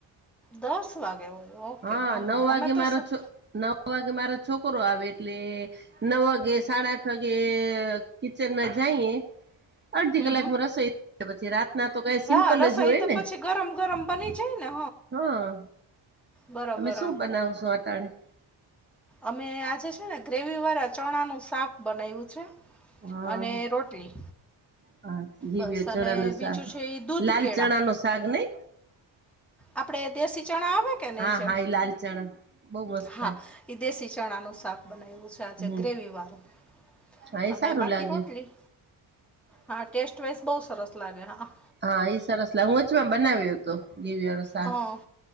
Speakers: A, in the centre; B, on the right (about 20°).
A: દસ વાગે હોય ઓકે
B: હા નવ વાગે
A: અમે તો
B: મારો
A: સ-
B: છ નવ વાગે મારો છોકરો આવે. એટલે નવ વાગે સાડા આઠ વાગે. કિચનમાં જઈએ અડધી
A: હમ
B: કલાકમાં
A: હમ
B: રસોઈ પછી રા. ના તો કઈ સિમ્પલ
A: હા રસોઈ
B: જ હોય
A: તો
B: ને
A: પછી ગરમ ગરમ બની જાય ને
B: હા.
A: બરોબર
B: તમે શું બનાવ
A: હા
B: છો અટાણી.
A: અમે આજે છે ને ગ્રેવી વાળા ચણાનું શાક બનાવ્યું છે.
B: હા
A: અને રોટલી.
B: હા ઘીબીયા
A: બસ
B: ચણાનું
A: અને
B: શાક
A: બીજું છે એ દૂધ
B: લાલ
A: કેળા-
B: ચણા નું શાક નહી
A: આપડે દેશી ચણા આવે કે નહી
B: હા
A: છે
B: હા એ લાલ ચણા બહુ મસ્ત
A: હા-
B: થાય
A: વિદેશી ચણાનું શાક બનાવ્યું છે. ચછા છે
B: હમ
A: ગ્રેવીવાળું
B: હા એ
A: અને
B: સારું
A: બાકી
B: લાગે
A: રોટલી. હા ટેસ્ટ વાઈઝ બહુ સરસ લાગે હા.
B: હા ઈ સરસલા હુંચમાં બનાવ્યો હતો દવીસ. સા
A: હા